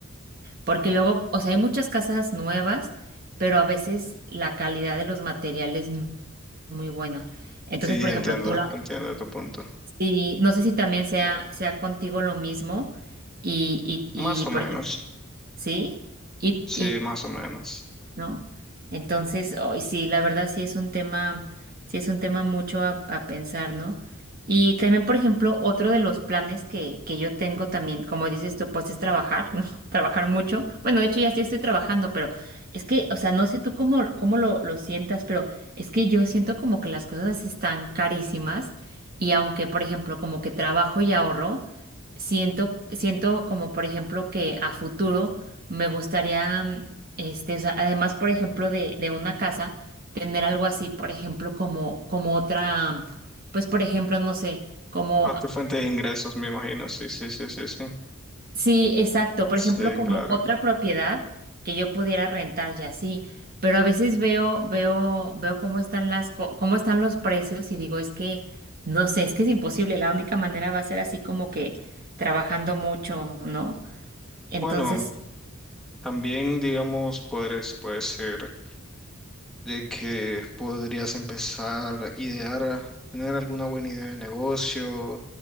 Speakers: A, on the right (about 45°); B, in the centre.
A: porque luego, o sea, hay muchas casas nuevas, pero a veces la calidad de los materiales no es muy buena. Entonces,
B: Sí,
A: por ejemplo,
B: entiendo,
A: tú
B: entiendo tu punto.
A: y no sé si también sea, sea contigo lo mismo y, y,
B: Más
A: y por
B: o menos,
A: ejemplo, ¿sí? Y,
B: sí, más o menos.
A: ¿no? Entonces, hoy sí, la verdad sí es un tema, sí es un tema mucho a, a pensar, ¿no? Y también, por ejemplo, otro de los planes que, que yo tengo también, como dices tú, pues es trabajar, ¿no? <laughs> Trabajar mucho. Bueno, de hecho ya sí estoy trabajando, pero es que, o sea, no sé tú cómo, cómo lo, lo sientas, pero es que yo siento como que las cosas están carísimas y aunque, por ejemplo, como que trabajo y ahorro, siento, siento como, por ejemplo, que a futuro me gustaría mm, este, o sea, además, por ejemplo, de, de una casa, tener algo así, por ejemplo, como, como otra, pues, por ejemplo, no sé, como,
B: A tu fuente de ingresos, me imagino, sí, sí, sí, sí, sí.
A: sí, exacto, por
B: Sí,
A: ejemplo, como
B: claro.
A: otra propiedad que yo pudiera rentar ya así. Pero a veces veo, veo, veo cómo están las, co- cómo están los precios y digo, es que, no sé, es que es imposible. La única manera va a ser así como que trabajando mucho, ¿no? Entonces,
B: Bueno,
A: sí,
B: también digamos, podrías, puede ser de que podrías empezar a idear, a tener alguna buena idea de negocio